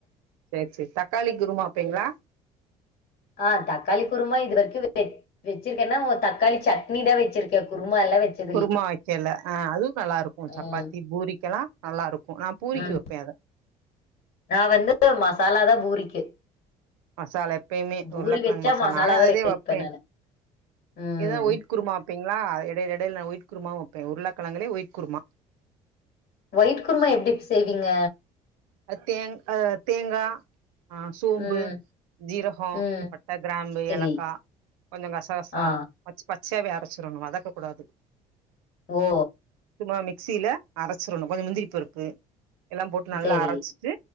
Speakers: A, on the right; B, on the left.
A: சேர் சேரி தக்காளி குருமா வப்பீங்ளா
B: ஆ தக்காளி குருமா இது வரைக்கு <inaudible> வெச்சிருக்கேன்னா தக்காளி சட்னி தா வச்சிருக்கே குருமா எல்லா வச்சதில்ல
A: குருமா வைக்கல அ அதுவு நல்லா இருக் கு
B: ம்
A: சப்பாத்தி பூரிக்கெலா நல்லா இருக்கு நா பூரிக்கு
B: ம்
A: வப்பே அத
B: நா வந்து மசாலாதா பூரிக்கு
A: மசாலா எப்பய்மே
B: பூரி
A: உருளக்கிழங்
B: வெச்சா
A: மசாலா நானு அதேதே
B: தா ரெடி வெப்பே
A: வப்பே
B: நானு ம்
A: இததா ஒயிட் குருமா வப்பீங்ளா எடேல எடேல நா ஒயிட் குருமாவு வப்பே உருளக்கிழங்கிலயே ஒயிட் குருமா
B: ஒயிட் குருமா எப்டி செய்வீங்க
A: அது தேன் அ தேங்கா ஆ சோம்பு
B: ம்
A: ஜீரகோ
B: ம்
A: பட்ட கிரம்பு
B: செரி
A: ஏலக்கா கொஞ்சோ கசகசா
B: ஆ
A: வச் பச்சயாவே அரைச்சிரனு வதக்க கூடாது
B: ஓ
A: சும்மா மிக்சில அரைச்சிரணு கொஞ்சோ மிந்திரி பருப்பு எல்லா போட்டு நல்லா
B: செரி
A: அர சிட்டு